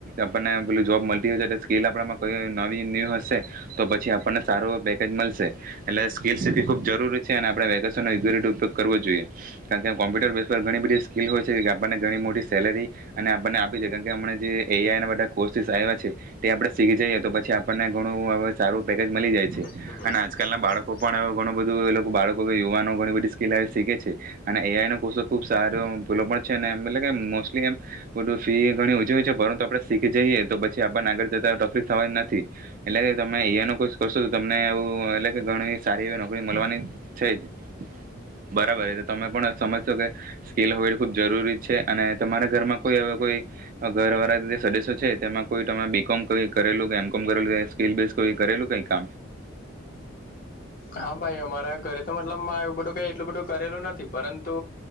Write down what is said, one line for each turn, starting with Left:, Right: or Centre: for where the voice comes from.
Right: આપણને જોબ મળતી હશે. એટલે સ્કીલ આપમાં કોઈ નવી ન્યુ હશે તો પછી આપણને સારું પેકેજ મળશે. એટલે સ્કીલસ ખૂબ જરૂરી છે અને આપણે વેકેશન યોગ્ય રીતે ઉપયોગ કરવો જોઈએ, કારણ કે કોમ્પ્યુટર બેઝ પર ઘણી બધી સ્કીિલ હોય છે કે આપણને ઘણી મોટી સેલેરી અને આપણને આપી જાય, કારણ કે હમણા જે એઆઆઈના બધા કોર્સિસ આવ્યા છે તે આપણે શીખી જઈએ તો પછી આપણને ઘણું હવે સારું પેકેજ મળી જાય છે.
Left: શું કોહ
Right: અને
Left: છો
Right: આજકાલના બાળકો પણ ઘણુ બધું એ લોકો, બાળકો કે યુવાનો ઘણી બધી એ આઈ શીખે છે અને એઆઈ નો કોસો ખુબ સારો પેલો પણ છે ને, એ એટલે કે મોસ્ટલી એમ બધું ફી ઘણી ઓછી હોય છે, પરંતુ આપણે શીખી જઈએ તો પછી આપણને આગળ જતા તકલીફ થવા જ નથી. એટલે તમે એ આઈ નું કરશો તો તમને એવું, એટલે કે ઘણી સારી એવી નોકરી મળવાની છે જ. બરાબર, એ તો તમે પણ સમજશો કે સ્કીલ હોવી ખુબ જરૂરી છે, અને તમારા ઘરમાં કોઈ હવે કોઈ ઘરવાળા સદસ્ય છે, તેમાં કોઈ તમે બી. કોમ કરી. કરેલું કે એમ. કોમ કરેલું, સ્કીલ બેઝ કરેલું. કઈ કામ
Left: હા, ભાઈ અમારા કરે તો મતલબમાં એવું બધું, કઈ એટલું બધું કરેલું નથી, પરંતુ